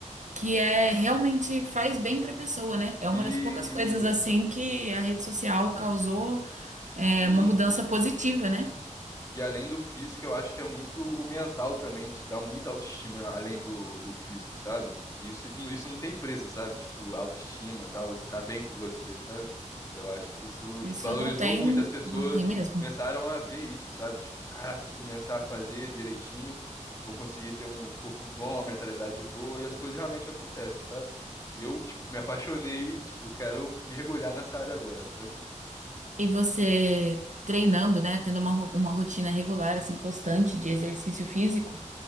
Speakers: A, on the right; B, on the left.
A: que é realmente faz bem para a pessoa, né? É uma
B: E,
A: das poucas coisas assim que a rede social causou é,
B: uhum.
A: uma mudança positiva, né?
B: E além do físico, eu acho que é muito o mental também, te dá muita autoestima além do, do físico, sabe? E Isso, isso não tem preço, sabe? Tipo, autoestima, tal, você tá bem com você, sabe? Eu acho que isso,
A: Isso
B: tipo, valorizou
A: não tem,
B: muito. As pessoas
A: não tem mesmo.
B: começaram a ver isso, sabe? Tipo, caraca, se eu começar a fazer direitinho, vou conseguir ter um corpo bom, uma mentalidade boa, e as coisas realmente acontecem, sabe? E eu, tipo, me apaixonei, tipo, quero mergulhar nessa área agora, sabe?
A: E você treinando, né, tendo uma, ro- uma rotina regular, assim, constante de exercício físico,